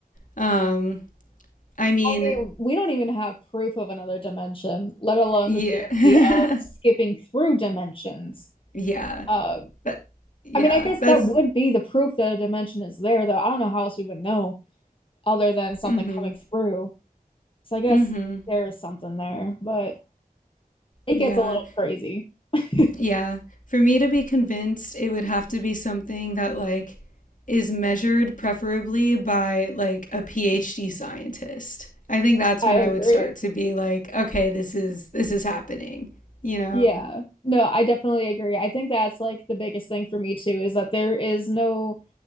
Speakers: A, on the left; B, on the left.
A: Um I mean,
B: I mean, we don't even have proof of another dimension, let alone
A: yeah.
B: the theory of skipping through dimensions.
A: <laughs> yeah.
B: Um,
A: But yeah,
B: I mean, I guess
A: that's
B: that would be the proof that a dimension is there, though. I don't know how else we would know other than something
A: mhm.
B: coming through. So I guess
A: Mhm.
B: there is something there, but it
A: Yeah.
B: gets a little crazy. <laughs>
A: Yeah. For me to be convinced, it would have to be something that like is measured preferably by like a PhD scientist. I think that's
B: I
A: when I
B: agree.
A: would start to be like, okay, this is this is happening, you know.
B: Yeah. No, I definitely agree. I think that's like the biggest thing for me too is that there is no